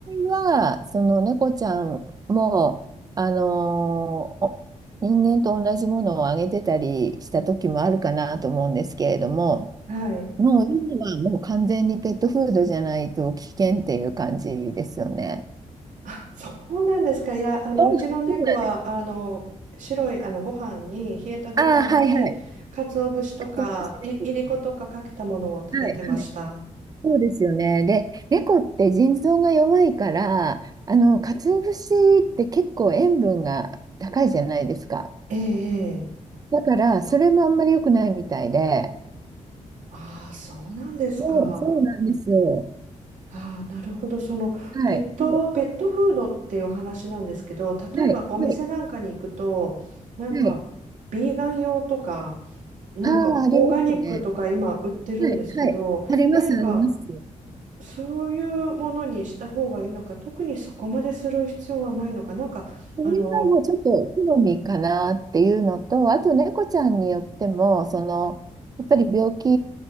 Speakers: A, on the right; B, on the right.
A: は、その猫ちゃんも、あのーお人間と同じものをあげてたりした時もあるかなと思うんですけれども、
B: はい。
A: もう今はもう完全にペットフードじゃないと危険っていう感じですよね。
B: あ、そうなんですか。いや、あの、
A: そうそうなんです。
B: うちの猫は、あの、白い、あの、ご飯に、冷えたご飯に、
A: ああ、はいはい。
B: 鰹節とか、
A: 鰹節ですよね。
B: い、いりことかかけたものを食べてました。
A: はい、はい。そうですよね。で、猫って腎臓が弱いから、あの、鰹節って結構塩分が高いじゃないですか。
B: ええ、ええ
A: だから、それもあんまり良くないみたいで。
B: ああ、そうなんですか。
A: そう、そうなんですよ。
B: ああ、なるほど。そのペット、
A: はい、はい、
B: ペットフードっていうお話なんですけど、例えばお店なんかに行くと、
A: はい、はい。
B: なんかビーガン用とか、
A: はい
B: なんかオーガニックとか今売ってるんですけど、
A: ああ、ありますね。はい、はい。あります、
B: 何か
A: あります。
B: そういうものにした方がいいのか、特にそこまでする必要はないのか、なんか、
A: それはもうちょっと好みかなっていうのと、
B: あの、
A: あと猫ちゃんによっても、その、やっぱり病気